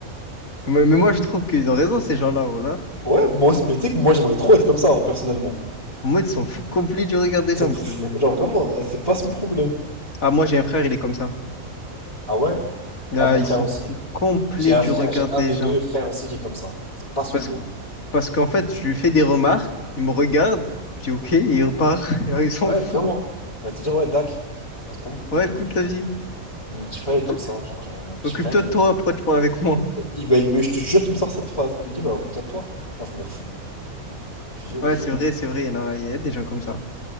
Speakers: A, on the left; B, on the left.
A: mais- mais moi, je trouve qu'ils ont raison, ces gens-là, oh là.
B: Ouais, moi, aussi- mais tu sais que moi, j'aimerais trop être comme ça, hein, personnellement.
A: En mode, ils s'en foutent complet du regard des gens.
B: Il s'en fout,
A: ça, c'est-
B: genre vraiment, euh, c'est pas son problème.
A: Ah, moi, j'ai un frère, il est comme ça.
B: Ah ouais?
A: Ah,
B: Ah, mon
A: il
B: frère
A: s'en
B: aussi.
A: fout complet
B: J'ai un
A: du
B: frère,
A: regard
B: j'ai
A: des
B: un des
A: gens.
B: deux frères aussi qui est comme ça. C'est pas son
A: Parce,
B: dos.
A: parce qu'en fait, je lui fais des remarques, il me regarde, je dis OK, et il repart. <laughs> Alors, il s'en
B: Ouais,
A: fout.
B: vraiment. On va te dire, ouais, Dak, ah, c'est pas mon problème.
A: Ouais, cool ta vie.
B: Mon petit frère
A: Tu
B: est
A: te-
B: comme ça. Genre, j'ai- mon petit
A: Occupe-toi
B: frère, il,
A: de toi, pourquoi tu parles avec moi?
B: il- bah, il me, je te jure qu'il me sort cette phrase. Il me dit, bah, occupe-toi de toi. Moi, je m'en fous. Je lui dis, ok.
A: Ouais, c'est vrai, c'est vrai, il y en a, il y a des gens comme ça.